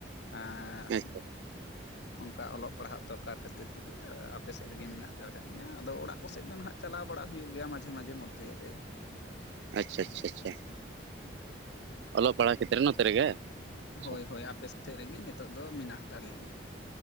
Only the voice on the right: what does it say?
ᱟᱪᱪᱷᱟ
ᱟᱪᱷᱟ-ᱟᱪᱷᱟ-ᱟᱪᱷᱟ, ᱚᱞᱚᱜ ᱯᱟᱲᱦᱟᱜ ᱠᱷᱟᱛᱤᱨ ᱱᱚᱛᱮ ᱨᱮᱜᱮ? ᱟᱪᱪᱷᱟ